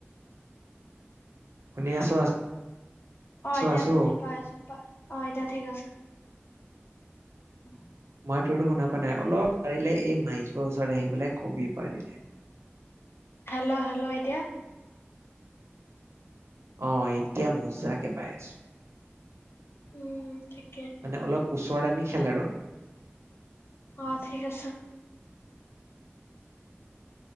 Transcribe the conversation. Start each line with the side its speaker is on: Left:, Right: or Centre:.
Right: শুনি আছো আছো
Left: অ',
Right: আছো
Left: এতিয়া
Right: আছো।
Left: শুনি পাই আছোঁ, পাই অ', এতিয়া ঠিক আছ <unintelligible> <unintelligible>
Right: মই তোৰতো শুনা পোৱা নাই, অলপ পাৰিলে এই মাইক ওচৰত আহি পেলাই কবি পাৰিলে
Left: হেল্ল, হেল্ল, এতিয়া
Right: অ', এতিয়া মজাকে পাই আছোঁ।
Left: উম ঠিকে
Right: মানে অলপ ওচৰ আনি খেল আৰু
Left: অ', ঠিক আছে।